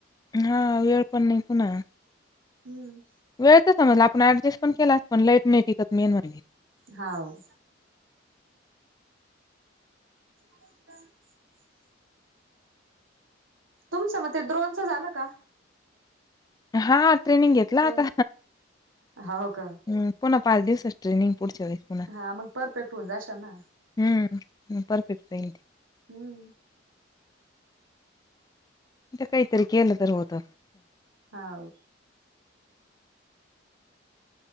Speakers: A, on the left; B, on the right.
A: हा वेळ पण नाही पुन्हा,
B: हम्म
A: वेळच समजला आपण ऍडजस्ट पण केलास पण लाईट नाही टिकत मेन म्हणजे.
B: हाव, <inaudible> तुमचं म ते ड्रोनचं झालं का?
A: हा ट्रेनिंग घेतला
B: ट्रेन
A: आता.
B: हाव का
A: ह, पुन्हा पाच दिवसाची ट्रेनिग पुढच्या वेळी पुन्हा
B: हा मग परफेक्ट होऊन जाशा ना,
A: हम्म, परफेक्ट होईल.
B: हम्म,
A: ते काहीतरी केलं तर होत.
B: हाव.